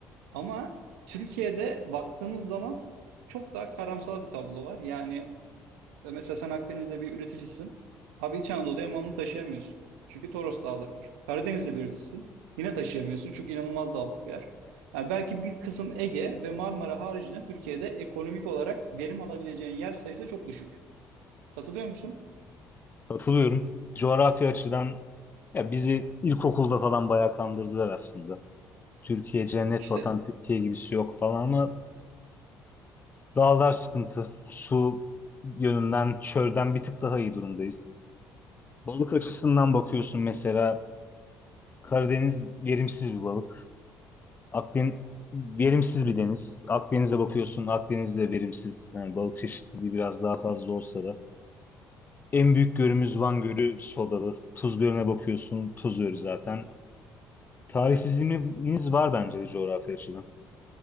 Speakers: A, on the right; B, on the left.
A: Ama Türkiye'de baktığımız zaman çok daha karamsar bir tablo var. Yani e, mesela sen Akdeniz'de bir üreticisin. Abi İç Anadolu'ya malını taşıyamıyorsun. Çünkü Toros Dağları var. Karadeniz'de bir üreticisin. Yine taşıyamıyorsun çünkü inanılmaz dağlık bir yer. Yani belki bir kısım Ege ve Marmara haricinde Türkiye'de ekonomik olarak verim alabileceğin yer sayısı çok düşük. Katılıyor musun?
B: Katılıyorum. Coğrafya açıdan ya bizi ilkokulda falan bayağı kandırdılar aslında. Türkiye cennet
A: İşte
B: vatan, Türkiye gibisi yok falan ama dağlar sıkıntı. Su yönünden çölden bir tık daha iyi durumdayız. Balık açısından bakıyorsun mesela Karadeniz verimsiz bir balık. Akdeniz verimsiz bir deniz. Akdeniz'e bakıyorsun, Akdeniz de verimsiz. Yani balık çeşitliliği biraz daha fazla olsa da. En büyük gölümüz Van Gölü sodalı. Tuz Gölü'ne bakıyorsun, Tuz Gölü zaten. Tarihsizliğimiz var bence de coğrafya açıdan.